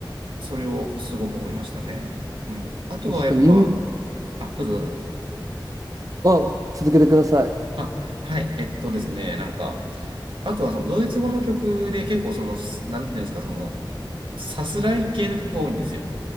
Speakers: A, on the right (about 85°); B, on the right (about 45°).
A: それをすごく思いましたね。うん。あとはやっぱ、
B: 確かに、今
A: あ、どうぞどうぞ。
B: あ、続けてください。
A: あ、はい、えっとですね、なんか、あとはそのドイツ語の曲で結構その、すなんていうんですか、その、さすらい系の曲が多いんですよ。